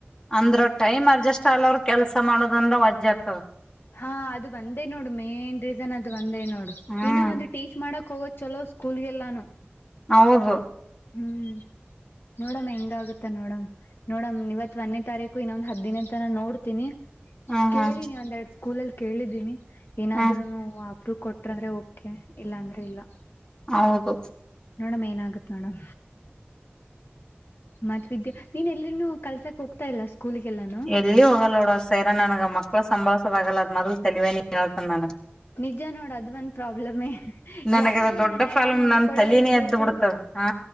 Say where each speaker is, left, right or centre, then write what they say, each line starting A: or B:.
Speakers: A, on the left; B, on the left.
A: ಅಂದ್ರ ಟೈಮ್ ಅಡ್ಜಸ್ಟ್ ಅಲ್ ಅವರು ಕೆಲ್ಸ ಮಾಡೋದಂದ್ರ ವಜ್ಜಾತ.
B: ಹಾ ಅದು ಒಂದೇ ನೋಡು ಮೇನ್ ರೀಸನ್ ಅದು ಒಂದೇ ನೋಡು
A: ಹ್ಮ್
B: ಇನ್ನ ಒಂದು. ಟೀಚ್ ಮಾಡಕ್ ಹೋಗೋ ಚಲೋ ಸ್ಕೂಲ್ಗೆಲ್ಲಾನು.
A: ಹೌದು
B: ಹ್ಮ್ ನೋಡಮ ಹೆಂಗ ಆಗುತ್ತೆ ನೋಡಮ. ನೋಡಮ ಇವತ್ ಒಂದನೇ ತಾರೀಕು ಇನ್ನೊಂದ್ ಹದ್ದಿನ ತಾನಾ ನೋಡ್ತೀನಿ.
A: ಹ್ಮ್ ಹ್ಮ್
B: ಕೇಳೀನಿ ಒಂದೆರಡು ಸ್ಕೂಲ ಅಲ್ಲಿ ಕೇಳಿದ್ದೀನಿ ಏನಾದ್ರುೂನು
A: ಹ್ಮ್
B: ಅಪ್ರೂ ಕೊಟ್ಟ. ಅಂದ್ರೆ ಓಕೆ ಇಲ್ಲಾಂದ್ರೆ ಇಲ್ಲ.
A: ಹೌದು
B: ನೋಡಮ ಏನಾಗತ್ ನೋಡಮ ಮತ್ ವಿದ್ಯಾ ನೀನ್ ಎಲ್ರಿನು. ಕಲ್ಸಕ್ ಹೋಗ್ತಾ ಇಲ್ಲ ಸ್ಕೂಲ್ಗೆಲ್ಲಾನು.
A: ಎಲ್ಲಿ ಹೋಗಲ್ಲೋಡ ಸೈರನ್ ನನಗೆ ಮಕ್ಕಳು ಸಂಬಳಸವಾಗಲ್ಲ ಅದ ಮೊದಲುತಲೆವಾಣಿನೀ ಹೇಳ್ತ ನನಗೆ
B: ನಿಜ ನೋಡು ಅದ ಒಂದ್ ಪ್ರಾಬ್ಲಮೇ
A: ನನಗದ
B: ಯಾರಾದ್ರೂ
A: ದೊಡ್ಡ
B: ಮನ್ಯಾಗ
A: ಪ್ರಾಬ್ಲಮ್
B: ನೋಡ್ಕೊಳೋರ್
A: ನನ್ ತಲಿನೇ
B: ಇರ್ಬೇಕು
A: ಎದ್ದ್ ಬಿಡ್ತದ ಹಾ